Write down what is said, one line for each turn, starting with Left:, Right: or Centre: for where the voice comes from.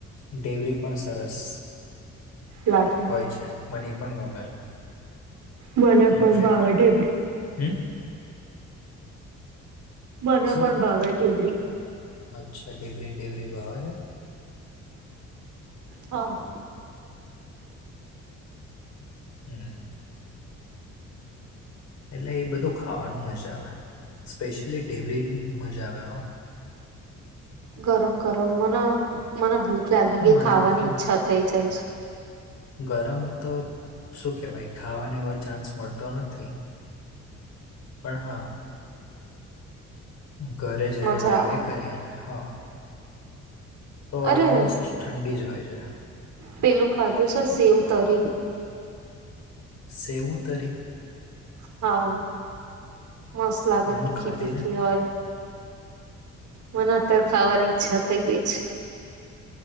Left: ડેવરી પણ સરસ
Right: લાગે
Left: હોય છે મને પણ ગમે છે
Right: મને
Left: ઇનફેક્ટ
Right: પણ ભાવ ઢેબ્રું
Left: હમ
Right: મને
Left: શું
Right: પણ ભાવેઠીધરી
Left: અચ્છા ડેબરીન ડેબરી બોય
Right: હ
Left: હમ એટલે એ બધું ખાવાનું મજા આવે સ્પેશિયલી ઢેબરી મજા આવે.
Right: ગરમ ગરમ મને મને ભૂખ લાગી
Left: તો
Right: કેઈ
Left: મને
Right: ખાવાની
Left: ગ-
Right: ઈચ્છા થઈ જાય છે.
Left: ગરમ તો શું કહેવાય ખાવાનો એવો ચાન્સ મળતો નથી. પણ હા ઘરે જ્યારે
Right: મજા
Left: લાઈએ
Right: આવે.
Left: કરીએને હા તો
Right: અરે
Left: ઓલમોસ્ટ ઠંડી જ હોય છે.
Right: પેલું ખાધું છે સેવ તરી
Left: સેવતરી
Right: હા મસ્ત લાગે
Left: હું
Right: તીખી
Left: ખાધી
Right: તીખી
Left: ને
Right: હોય. મને અત્યારે ખાવાની ઈચ્છા થઈ ગઈ છે.